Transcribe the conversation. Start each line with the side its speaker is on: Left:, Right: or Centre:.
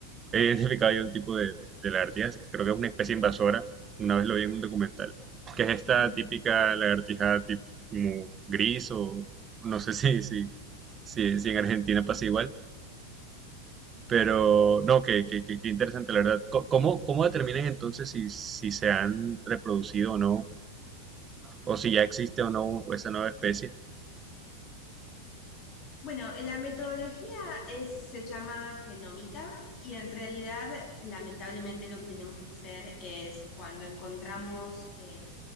Right: he identificado yo un tipo de, de, de lagartijas que creo que es una especie invasora, una vez lo vi en un documental, que es esta
Left: Ujú.
Right: típica lagartija tipo gris o no sé <laughs> si, si, si, si en Argentina pasa igual, pero no, que, que, que- que interesante, la verdad. Co- ¿Cómo, cómo determinan entonces si, si se han reproducido o no, o si ya existe o no esa nueva especie?
Left: Bueno, la metodología es, se llama genómica y en realidad, lamentablemente, lo que tenemos que hacer es cuando encontramos eh,